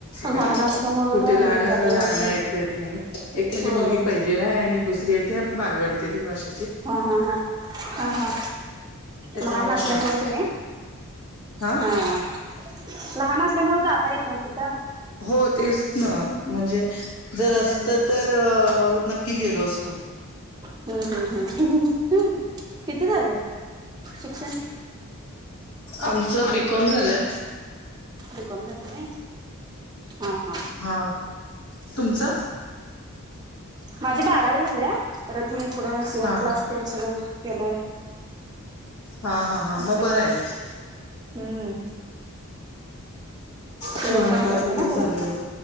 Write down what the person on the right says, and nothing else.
लहान असल्यामुळं
काय बाहेर
जाता
नाही.
होय
हा हा हा हा हा.
लहान असल्यामुळे
की
नाही
हां लहान असल्यामुळे जाता येत नव कुठं?
हम्म
हम्म हम्म हम्म किती झाले शिक्षण?
बि कॉम झालेल आहे हा हा.
माझी बारावी झालीय परत मी पुढ शिवण
क्लास तण सगळं केलोय
सगळं
हम्म. शिवणकाम
करते
ना घरी